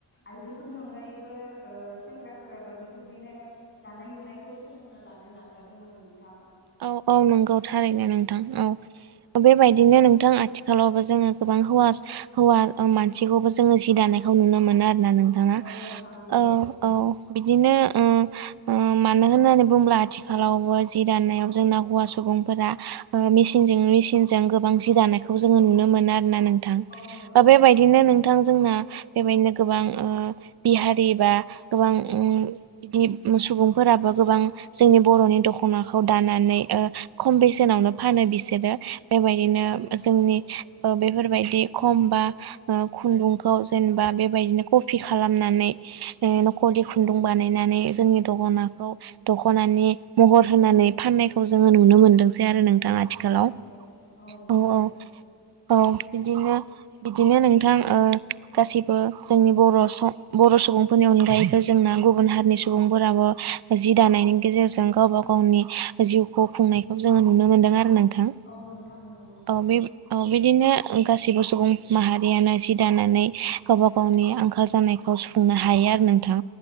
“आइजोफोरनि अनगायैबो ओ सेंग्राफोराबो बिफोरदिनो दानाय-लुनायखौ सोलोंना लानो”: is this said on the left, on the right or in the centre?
Left